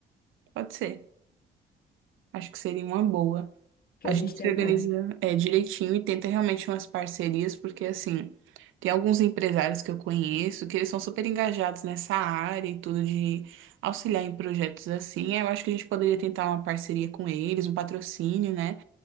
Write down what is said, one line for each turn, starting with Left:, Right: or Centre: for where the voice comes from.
Right: Pode ser. Acho que seria uma boa.
Left: Que
Right: A
Left: a
Right: gente
Left: gente
Right: se
Left: tentaria
Right: organiza é, direitinho e tenta realmente umas parcerias, porque assim, tem alguns empresários que eu conheço que eles são super engajados nessa área e tudo de auxiliar em projetos assim. Eu acho que a gente poderia tentar uma parceria com eles, um patrocínio, né?